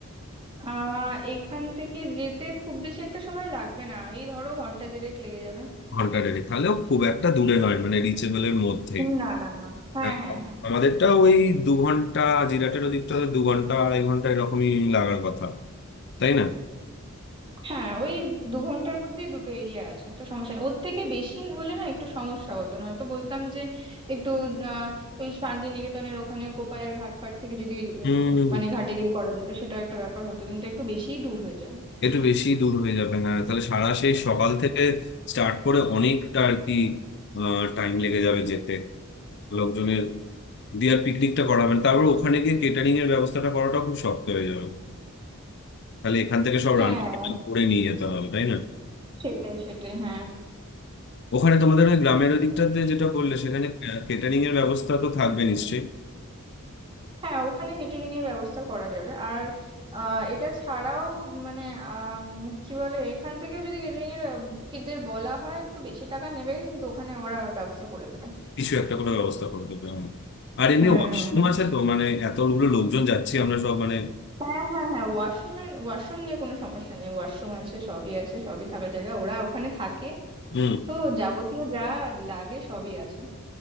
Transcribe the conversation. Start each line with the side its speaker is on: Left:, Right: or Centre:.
Right: আহ এখান থেকে যেতে খুব বেশি একটা সময় লাগবে না এই ধরো ঘন্টা দেড়েক লেগে যাবে
Left: ঘন্টা দেড়েক তাহলেও খুব একটা দূরে নয় মানে রিচেবলের মধ্যেই
Right: না না না হ্যাঁ
Left: হ্যাঁ,
Right: হ্যাঁ হ্যাঁ
Left: আমাদেরটা ওই দু ঘন্টা জিরাটের ওদিকটা তো দু ঘন্টা আড়াই ঘন্টা এরকমই লাগার কথা তাই না
Right: হ্যাঁ ওই দু ঘন্টার মধ্যেই দুটো এরিয়া আছে তো সমস্যা নেই ওর থেকে বেশি হলে না একটু সমস্যা হতো নয়তো বলতাম যে একটু আহ, ওই শান্তিনিকেতনের ওখানে কোপায়ের ঘাট ফাট থেকে যদি উম,
Left: হুম
Right: মানে ঘাটে গিয়ে করা যেত সেটাও একটা ব্যাপার হতো কিন্তু একটু বেশিই দূর হয়ে যায়
Left: একটু বেশি দূর হয়ে যাবে হ্যাঁ তাহলে সারা সেই সকাল থেকে স্টার্ট করে অনেকটা আর কি টাইম লেগে যাবে যেতে লোকজনের দিয়ে আর পিকনিকটা করাবেন তারপর ওখানে গিয়ে কেটারিং এর ব্যবস্থাটা করাটা খুব শক্ত হয়ে যাবে তাহলে এখান থেকে সব
Right: হ্যাঁ
Left: রান্না বান্না করে নিয়ে যেতে হবে তাই না
Right: সেটাই সেটাই হ্যাঁ
Left: ওখানে তোমাদের ওই গ্রামের ওই দিকটাতে যেটা বললে সেখানে কেটারিং এর ব্যবস্থা তো থাকবে নিশ্চয়ই
Right: হ্যাঁ ওখানে কেটারিং এর ব্যবস্থা করা যাবে আর আহ, এটা ছাড়াও মানে আম, কি বলে এখান থেকেও যদি কেটারিং এর আহ, দের বলা হয় একটু বেশি টাকা নেবে কিন্তু ওখানে ওরা ব্যবস্থা করে দেবে
Left: কিছু একটা করে ব্যবস্থা করে দেবে হ্যাঁ। আর এমনি
Right: হুম
Left: ওয়াশরুম
Right: হুম হুম
Left: আছে তো মানে এতগুলো লোকজন যাচ্ছি আমরা সব মানে
Right: হ্যাঁ হ্যাঁ হ্যাঁ ওয়াশরুম ওয়াশরুম নিয়ে কোনো সমস্যা নেই ওয়াশরুম আছে সবই আছে সবই থাকার জায়গা ওরা ওখানে থাকে
Left: হুম
Right: তো যাবতীয় যা লাগে সবই আছে